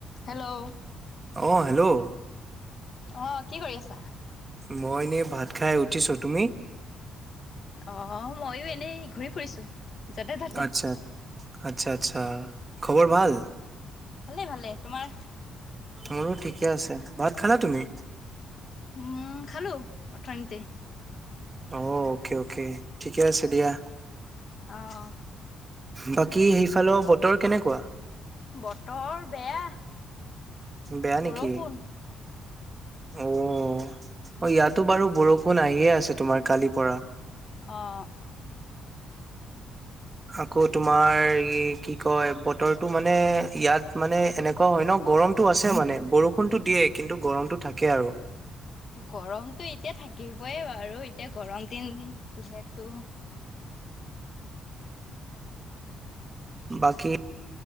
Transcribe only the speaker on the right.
অ hello?
মই এনে ভাত খাই উঠিছো, তুমি?
আচ্ছা, আচ্ছা, আচ্ছা, খবৰ ভাল?
মোৰো ঠিকে আছে, ভাত খালা তুমি?
অ', অ'কে অ'কে ঠিকে আছে দিয়া।
বাকী সেইফালৰ বতৰ কেনেকুৱা?
বেয়া
নেকি? উম। অ', ইয়াতো বাৰু বৰষুণ আহিয়ে আছে তোমাৰ কালিৰ পৰা।
আকৌ তোমাৰ এই কি কয় বতৰটো মানে ইয়াত মানে এনে ক' হয় ন' গৰমটো আছে মানে বৰষুণটো দিয়ে কিন্তু গৰমটো থাকে আৰু।
বাকী